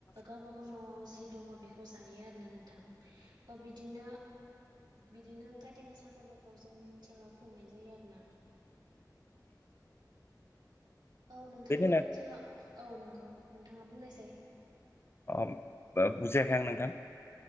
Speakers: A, on the right; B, on the left.
A: गावबागाव न'आव जि दङ बेखौ जायो आरोना नोंथां बिदिनो बिदिनो खाथि गासा फोरबोखौ जोंनि ओनसोलाव खुंनाय जायो आरोना औ नोंथांमोननि
B: बिदिनो
A: ओनसोलाव औ नंगौ नोंथाङा बुंनोसै
B: अ बुजियाखै आं नोंथां